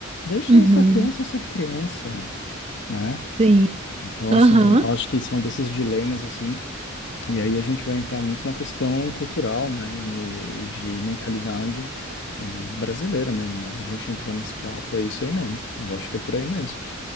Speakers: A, on the left (about 60°); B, on the right (about 30°).
A: Deixem
B: uhum.
A: essa criança ser criança, né?
B: Sim.
A: Então,
B: Aham.
A: assim, eu acho que são desses dilemas, assim, e aí a gente vai entrar muito na questão cultural, né, e, e de mentalidade, eh, brasileira mesmo, né? A gente entrou nesse papo, é isso aí mesmo. Eu acho que é por aí mesmo.